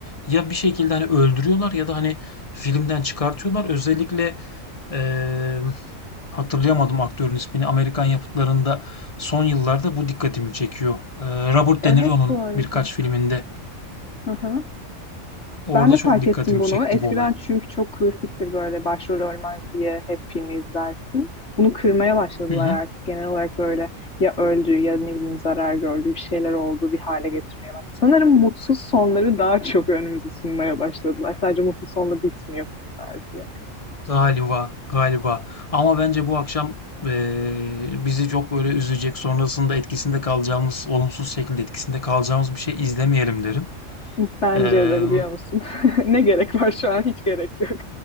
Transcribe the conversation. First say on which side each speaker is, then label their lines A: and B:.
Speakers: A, on the left; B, on the left.
A: ya bir şekilde hani öldürüyorlar ya da hani filmden çıkartıyorlar. Özellikle eee, hatırlayamadım aktörün ismini. Amerikan yapıtlarında son yıllarda bu dikkatimi çekiyor. Eee, Robert
B: Evet
A: De Niro'nun
B: bu arada.
A: birkaç filminde
B: Aha.
A: orada
B: Ben de
A: çok
B: fark
A: dikkatimi
B: ettim bunu.
A: çekti
B: Eskiden
A: bu olay.
B: çünkü çok klasiktir böyle başrol ölmez diye hep filmi izlersin. Bunu kırmaya başladılar
A: Hı hı.
B: artık. Genel olarak böyle ya öldü ya ne bileyim zarar gördü bir şeyler oldu bir hale getirmeye bak. Sanırım mutsuz sonları daha çok önümüze sunmaya başladılar. Sadece mutsuz sonla bitmiyor filmler diye.
A: Galiba, galiba. Ama bence bu akşam eee, bizi çok böyle üzecek, sonrasında etkisinde kalacağımız, olumsuz şekilde etkisinde kalacağımız bir şey izlemeyelim derim.
B: Bence
A: Eee,
B: de biliyor musun? <laughs> Ne gerek var şu an? Hiç gerek yok.